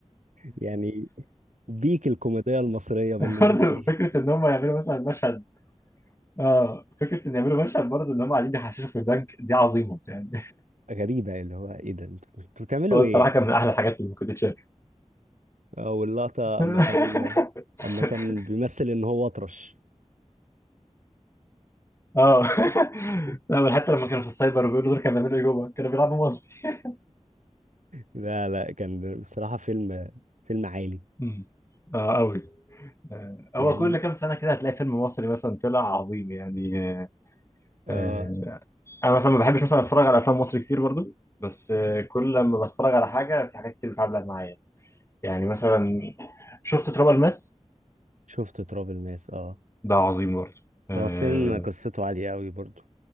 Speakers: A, on the right; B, on the left.
A: يعني بيك الكوميديا المصرية بالنسبة
B: برضه
A: لي
B: فكره ان هم يعملوا مثلا مشهد اه فكره ان يعملوا مشهد برضه ان هم قاعدين بيحششوا في البنك دي عظيمه يعني
A: غريبة اللي هو ايه ده انتوا انتوا بتعملوا
B: هو
A: ايه؟
B: الصراحه كان من احلى الحاجات اللي ممكن تتشاف
A: اه واللقطة
B: <laughs>
A: اما كان اما كان بيمثل ان هو اطرش
B: اه <laughs> لا بل حتى لما كانوا في السايبر بيقولوا دول كانوا بيعملوا ايه جوه كانوا بيلعبوا مالتي
A: لا لا كان بصراحة فيلم فيلم عالي
B: مم. اه قوي آه، هو
A: يعني
B: كل كام سنه كده هتلاقي فيلم مصري مثلا طلع عظيم يعني آه،
A: اه
B: آه، انا مثلا ما بحبش مثلا اتفرج على افلام مصري كتير برضو بس آه، كل لما بتفرج على حاجه في حاجات كتير بتعلق معايا يعني مثلا شفت تراب الماس
A: شفت تراب الماس اه
B: ده عظيم برضو اه
A: هو فيلم قصته عالية قوي برضو